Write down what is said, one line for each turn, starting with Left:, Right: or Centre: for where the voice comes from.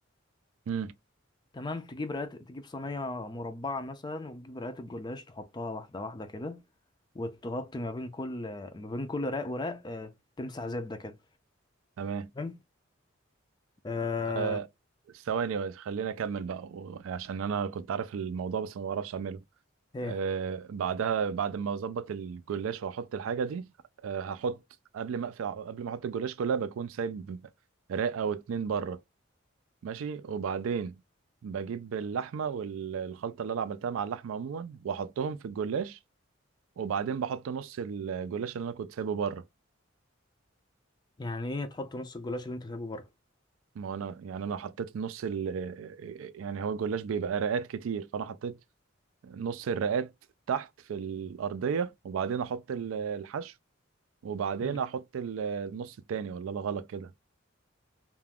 Right: امم
Left: تمام تجيب رقات تجيب صينية مربعة مثلا وتجيب رقات الجلاش تحطها واحدة واحدة كده وتغطي ما بين كل ما بين كل رق ورق آه، تمسح زبدة كده
Right: تمام
Left: تمام آه
Right: آه ثواني بس، خليني اكمل بقى و- عشان انا كنت عارف الموضوع بس ما بعرفش اعمله
Left: ايه
Right: آه بعدها بعد ما اظبط الجلاش واحط الحاجه دي آه هحط قبل ما اقفل قبل ما احط الجلاش كلها بكون سايب رقه او اتنين بره ماشي وبعدين بجيب اللحمه والخلطه اللي انا عملتها مع اللحمه عموما واحطهم في الجلاش وبعدين بحط نص الجلاش اللي انا كنت سايبه بره
Left: يعني ايه تحط نص الجلاش اللي انت سايبه بره
Right: ما هو انا يعني انا حطيت نص ال يعني هو الجلاش بيبقى رقات كتير فانا حطيت نص الرقات تحت في الارضيه وبعدين احط ال- الحشو وبعدين
Left: مم.
Right: احط ال- النص التاني ولا انا غلط كده